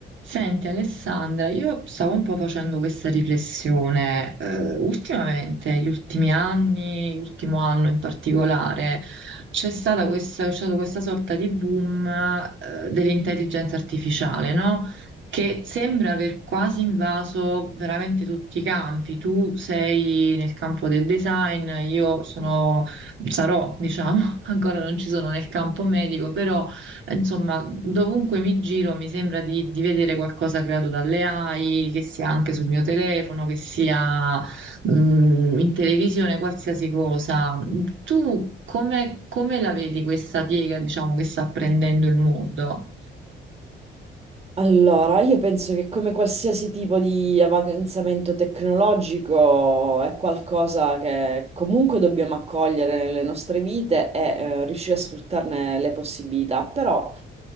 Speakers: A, on the right; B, on the right.
A: Senti Alessandra, io stavo un po' facendo questa riflessione. eh, ultimamente, gli ultimi anni, l'ultimo anno in particolare, c'è stata questa, c'è stato questa sorta di boom, eh, dell'intelligenza artificiale, no? Che sembra aver quasi invaso veramente tutti i campi. Tu sei nel campo del design, io sono, sarò, diciamo, <laughs> ancora non ci sono nel campo medico, però. Insomma, dovunque mi giro mi sembra di, di vedere qualcosa creato dalle AI, che sia anche sul mio telefono, che sia mh, in televisione, qualsiasi cosa. Tu come, come la vedi questa piega, diciamo, che sta prendendo il mondo?
B: Allora, io penso che come qualsiasi tipo di avanzamento tecnologico è qualcosa che comunque dobbiamo accogliere nelle nostre vite e eh, riuscire a sfruttarne le possibilità, però